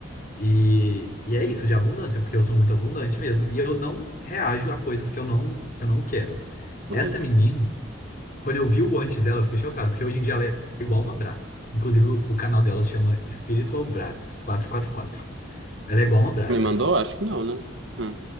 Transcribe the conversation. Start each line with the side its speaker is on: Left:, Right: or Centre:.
Left: E, e é isso, de abundância, porque eu sou muito abundante mesmo. E eu não reajo a coisas que eu não, que eu não quero.
Right: Uhum.
Left: Essa menina. Quando eu vi o antes dela, eu fiquei chocado, porque hoje em dia ela é igual uma Bratz. Inclusive, o canal dela chama Spiritual Bratz 444. Ela é igual uma Bratz,
Right: Me mandou?
Left: assim.
Right: Acho que não, né? Hum.